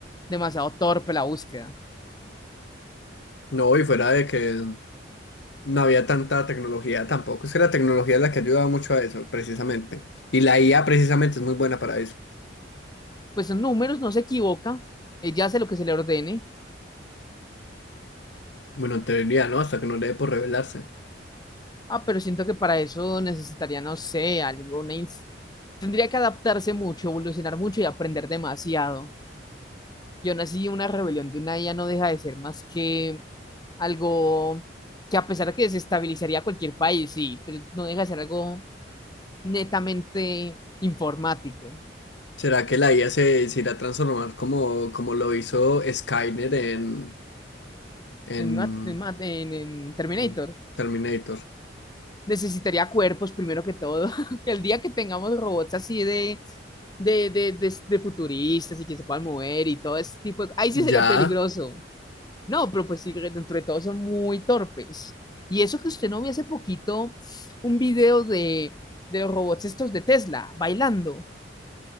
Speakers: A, on the left; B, on the left.
A: demasiado torpe la búsqueda.
B: No, y fuera de que no había tanta tecnología tampoco. Es que la tecnología es la que ayudaba mucho a eso, precisamente. Y la IA precisamente es muy buena para eso.
A: Pues son números, no se equivoca, ella hace lo que se le ordene.
B: Bueno, en teoría, ¿no? Hasta que no le dé por revelarse.
A: Ah, pero siento que para eso necesitaría, no sé, alguna... ins- Tendría que adaptarse mucho, evolucionar mucho y aprender demasiado. Yo nací una rebelión de una IA no deja de ser más que algo que a pesar de que desestabilizaría cualquier país, sí, pero no deja de ser algo netamente informático.
B: ¿Será que la IA se, se irá a transformar como, como lo hizo Skynet en, en
A: En, ma- en ma- en- en Terminator
B: mm, Terminator?
A: necesitaría cuerpos primero que todo. <laughs> El día que tengamos robots así de, de, de, de, de futuristas y que se puedan mover y todo ese tipo de... Ahí sí sería
B: Ya,
A: peligroso. No, pero pues sí, dentro de todo son muy torpes. Y eso que usted no vio hace poquito un video de, de los robots estos de Tesla bailando.